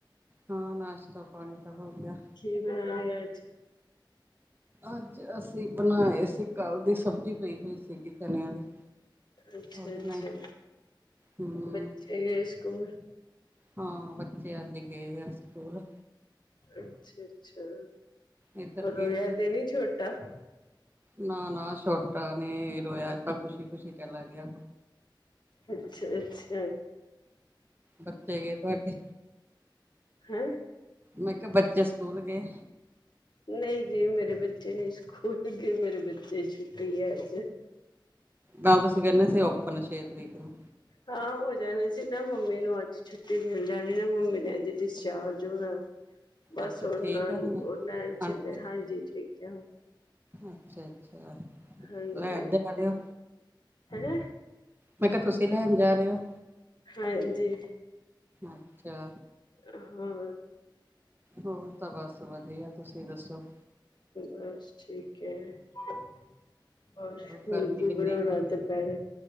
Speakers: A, on the right; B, on the left.
A: ਹਾਂ ਨਾਸ਼ਤਾ ਪਾਣੀ ਤਾਂ ਹੋ ਗਿਆ।
B: ਕੀ ਬਣਾਇਆ ਅੱਜ
A: ਅੱਜ ਅਸੀਂ ਬਣਾਏ ਸੀ ਕੱਲ ਦੀ ਸਬਜ਼ੀ ਪਈ ਹੋਈ ਸੀਗੀ ਚਣਿਆਂ ਦੀ।
B: ਅੱਛਾ-ਅੱਛਾ
A: ਉਹਦੇ ਨਾਲ ਹੀ ਹੂੰ
B: ਬੱਚੇ ਗਏ ਸਕੂਲ।
A: ਹਾਂ ਬੱਚੇ ਅੱਜ ਗਏ ਆ ਸਕੂਲ।
B: ਅੱਛਾ ਅੱਛਾ
A: ਇੱਧਰ ਗਏ
B: ਰੋ ਇਆ ਤੇ ਨਹੀਂ ਛੋਟਾ
A: ਨਾ ਨਾ ਛੋਟਾ ਨ ਰੋਇਆਜ ਤਾਂ ਖੁਸ਼ੀ ਖੁਸ਼ੀ ਚਲਾ ਗਿਆ
B: ਅੱਛਾ ਅੱਛਾ
A: ਬੱਚੇ ਗਏ ਤੁਹਾਡੇ
B: ਹੁ
A: ਮੈਂ ਕਿਹਾ ਬੱਚੇ ਸਕੂਲ ਗਏ
B: ਨਹੀਂ ਜੀ ਮੇਰੇ ਬੱਚੇ ਨਹੀ ਸਕੂਲ ਗ ਏ ਮੇਰੇ ਬੱਚੇ ਛੁੱਟੀ ਹੈ ਅੱਜ
A: ਵਾਪਸ ਕਰਨਾ ਤੇ ਓਪਨ ਛੇ ਤਰੀਕ ਨੂੰ
B: ਹਾਂ ਹੋ ਜਾਣੇ ਸੀ ਨਾ ਮੰਮੀ ਨੂੰ ਅੱਜ ਛੁੱਟੀ ਮਿਲ ਜਾਣੀ ਨਾ ਮੰਮੀ ਨੇ ਅੱਜ ਡਿਸਚਾਰਜ ਹੋਣਾ ਬਸ
A: ਅੱਛਾ
B: ਉਹ
A: ਠੀਕ
B: ਨਾਲ
A: ਆ ਹੁਣ
B: ਉਹ ਲੈਣ
A: ਆਂਟੀ
B: ਚਲੇਆ
A: ਜੀ,
B: ਹਾਂਜੀ ਠੀਕ ਆ ਹੁਣ
A: ਅੱਛਾ ਅੱਛਾ
B: ਹਾਂਜੀ।
A: ਲੈਣ ਜਾ ਰ ਹੋ
B: ਹੈਂ
A: ਮੈਂ ਕਿਹਾ ਤੁਸੀਂ ਲੈਣ ਜਾ ਰਹੇ ਹੋ
B: ਹਾਂਜੀ
A: ਅੱਛਾ
B: ਹਾਂ
A: ਹੋਰ ਤਾਂ ਬਸ ਵਧੀਆ ਤੁਸੀਂ ਦੱਸੋ
B: ਬਸ ਠੀਕ ਹੈ ਹੋਰ ਕੀ
A: ਗਰਮੀ
B: ਕੀ
A: ਕਿੰਨੀ
B: ਬਣਾਉਣਾ
A: ਕੁ
B: ਤ ਹੈਰ